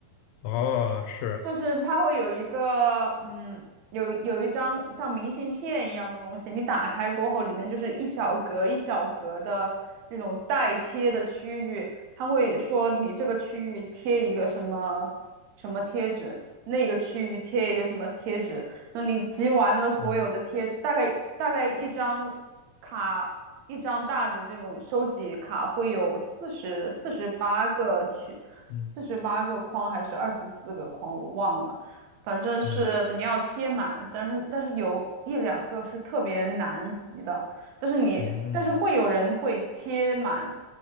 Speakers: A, on the left; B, on the right.
A: 哦，是
B: 就是它会有一个嗯，有有一张像明信片一样的东西，你打开过后，里面就是一小格一小格的那种带贴的区域，它会说你这个区域贴一个什么什么贴纸，那个区域贴一个什么贴纸。那你集完了所有的贴纸，
A: 嗯
B: 大概大概一张卡，一张大的这种收集卡会有四十四十八个区，
A: 嗯
B: 四十八个框还是二十四个框，我忘了，反正是嗯你要贴满，
A: 嗯
B: 但是但是有一两个是特别难集的，但是你但是会有人会贴满
A: 嗯